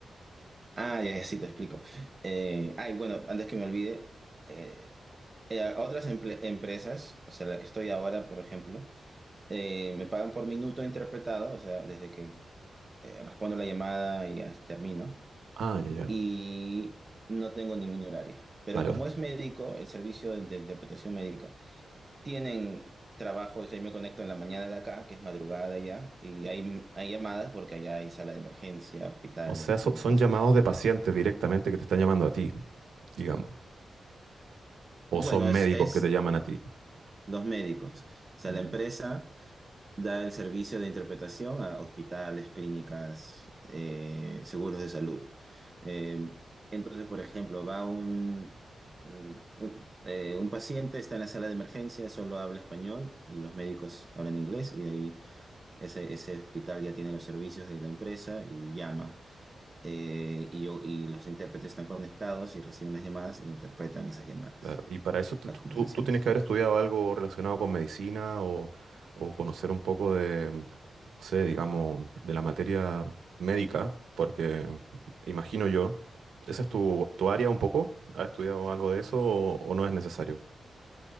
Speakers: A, on the right (about 25°); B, on the right (about 90°).
A: Ah, ya, ya, sí, te explico. Eh, ay, bueno, antes que me olvide, eh, eh, otras emple- empresas, o sea, la que estoy ahora, por ejemplo, eh, me pagan por minuto interpretado, o sea, desde que eh, respondo la llamada y as- termino,
B: Ah, ya, ya.
A: y no tengo ningún horario. Pero
B: Vale,
A: como
B: o,
A: es médico, el servicio de, de interpretación médica, tienen trabajo, o sea, yo me conecto en la mañana de acá, que es madrugada ya, y hay, hay llamadas porque allá hay sala de emergencia, hospitales,
B: o sea,
A: clínicas.
B: so- son llamados de pacientes directamente que te están llamando a ti, digamos.
A: Bueno,
B: O son
A: es,
B: médicos
A: es
B: que te llaman a ti.
A: Los médicos. O sea,
B: Mm.
A: la empresa da el servicio de interpretación a hospitales, clínicas, eh, seguros de salud. Eh, entonces, por ejemplo, va un, un, un, eh, un paciente, está en la sala de emergencia, solo habla español y los médicos hablan inglés y de ahí ese, ese hospital ya tiene los servicios de la empresa y llama. Eh, y, yo, y los intérpretes están conectados y reciben las llamadas e interpretan esas llamadas,
B: Claro, y para eso tú,
A: las conversaciones.
B: tú- tú tienes que haber estudiado algo relacionado con medicina o, o conocer un poco de, mm, no sé, digamos, de la materia médica, porque imagino yo, ¿esa es tu, tu área un poco? ¿Has estudiado algo de eso o, o no es necesario?